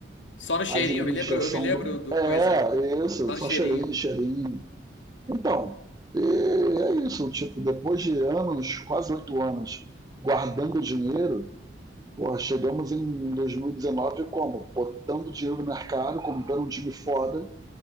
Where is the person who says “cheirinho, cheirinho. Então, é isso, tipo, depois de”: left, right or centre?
Right